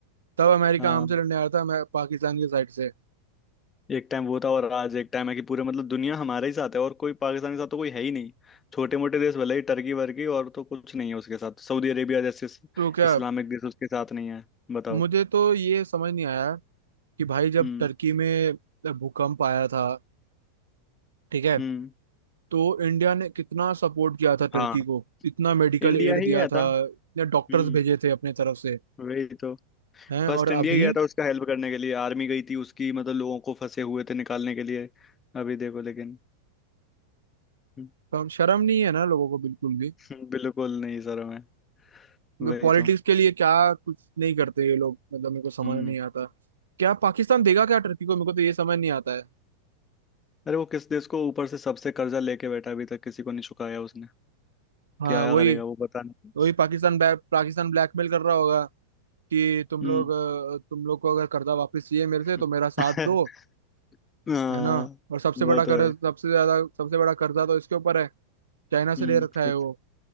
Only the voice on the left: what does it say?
हाँ।
एक टाइम वो था और आज एक टाइम है कि पूरे मतलब दुनिया हमारे ही साथ है और कोई पाकिस्तान के साथ तो कोई है ही नहीं छोटे मोटे देश भले ही टर्की वर्की और तो कुछ नहीं है उसके साथ सऊदी अरेबिया जैसे इस-
इस्लामिक देश उसके साथ नहीं है बताओ
हम्म
हम्म
हाँ
इंडिया
ही
गया
था
हम्म
वही तो
फर्स्ट
इंडिया
ही गया था उसका हेल्प करने के लिए आर्मी गई थी उसकी मतलब लोगों को फंसे हुए थे निकालने के लिए अभी देखो लेकिन <laughs>
हम्म, बिल्कुल नहीं सर मैं वही
तो
हम्म
अरे वो किस देश को ऊपर से सबसे कर्जा लेके बैठा अभी तक किसी को नहीं चुकाया उसने
क्या
करेगा वो पता नहीं
हम्म
हम्म।
<laughs>
हाँ
वो
तो
है
हम्म
कुछ-